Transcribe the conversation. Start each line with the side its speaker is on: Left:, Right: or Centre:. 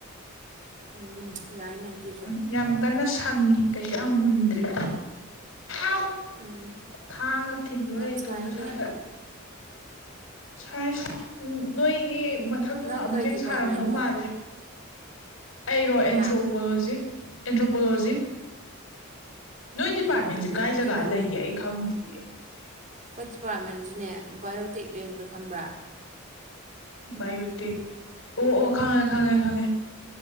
Right: ꯎꯝ ꯌꯥꯏꯅꯦ ꯑꯗꯨꯁꯨ
Left: ꯎꯝ ꯌꯥꯝ ꯀꯟꯅ ꯁꯪꯉꯤ ꯀꯩꯁꯨ ꯌꯥꯝ ꯃꯨꯟꯗ꯭ꯔꯤ ꯑꯥꯎ
Right: ꯎꯝ
Left: ꯊꯥꯡꯅ ꯊꯤꯟꯗꯣꯔꯦ
Right: ꯌꯥꯝ ꯁꯥꯏꯅꯦ
Left: ꯏꯇꯣꯝꯇ ꯁ꯭ꯋꯥꯏꯗ ꯁꯥꯏ ꯁꯥꯏ ꯅꯣ ꯅꯣꯏꯒꯤ ꯃꯊꯛꯇꯨꯅ
Right: ꯅꯪ
Left: ꯑꯃꯨꯛꯀꯦꯟ
Right: ꯀꯩ ꯗꯤꯄꯥꯔꯠꯃꯦꯟꯅꯣ
Left: ꯁꯥꯔꯝꯗꯧ ꯃꯥꯜꯂꯦ꯫ ꯑꯩꯔꯣ ꯑꯦꯟꯊ꯭ꯔꯣꯄꯣꯂꯣꯖꯤ
Right: ꯍꯥ
Left: ꯑꯦꯟꯊ꯭ꯔꯣꯄꯣꯂꯣꯖꯤ꯫ ꯅꯣꯏ ꯗꯤꯄꯥꯔꯠꯃꯦꯟꯁꯦ
Right: ꯌꯥꯝ ꯍꯩꯅ
Left: ꯀꯥꯏ
Right: ꯑꯗꯨꯗꯤ
Left: ꯖꯒꯥ ꯂꯩꯒꯦ ꯑꯩ ꯈꯪꯗꯤꯌꯦ꯫
Right: ꯈꯣꯏ ꯗꯤꯄꯥꯔꯠꯃꯦꯟꯖꯤꯅꯦ ꯕꯥꯏꯑꯣꯇꯦꯛ ꯂꯩꯕꯗꯣ ꯈꯪꯕ꯭ꯔꯥ꯫
Left: ꯕꯥꯏꯑꯣꯇꯦꯛ ꯑꯣ ꯑꯣ ꯈꯪꯉꯦ ꯈꯪꯉꯦ ꯈꯪꯉꯦ꯫